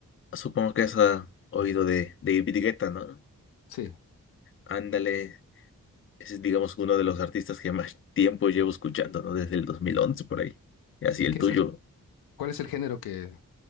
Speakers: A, on the left; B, on the left.
A: Supongo que has ah, oído de de David Guetta, ¿no?
B: Sí.
A: Ándale. Ese es, digamos, uno de los artistas que más tiempo llevo escuchando, ¿no? Desde el 2011 por ahí. Y así el
B: ¿Qué
A: tuyo.
B: es el, cuál es el género que,